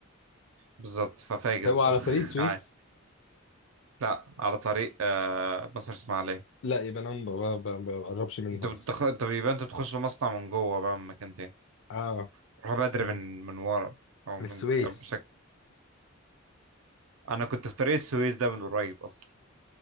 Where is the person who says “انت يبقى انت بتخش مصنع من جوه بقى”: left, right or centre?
Right